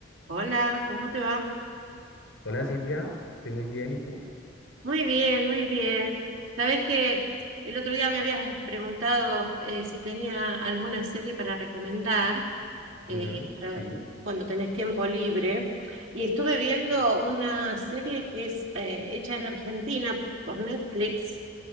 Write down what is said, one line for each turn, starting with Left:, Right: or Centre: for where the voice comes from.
Right: Hola, ¿cómo te va?
Left: Hola Silvia, estoy muy bien, ¿y tú?
Right: Muy bien, muy bien. Sabes que el otro día me habías preguntado eh, si tenía alguna serie para recomendar eh,
Left: Ujú,
Right: para
Left: sí,
Right: cuando tenés tiempo libre. Y estuve viendo una serie que es eh, hecha en Argentina por Netflix,